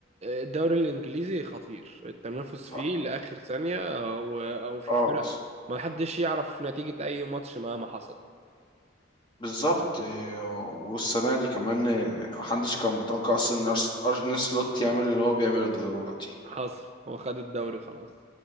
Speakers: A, on the right (about 35°); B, on the left (about 25°).
A: الدوري الإنجليزي خطير التنافس
B: ف...
A: فيه لآخر ثانية أو أو في
B: اه
A: فرق ما حدش يعرف نتيجة أي ماتش مهما حصل
B: بالظبط آه، والسنة دي كمان آه، محدش كان متوقع أصلا إن أرس- أرن سلوت يعمل اللي هو بيعمله ده دلوقتي
A: حصل هو خد الدوري خلاص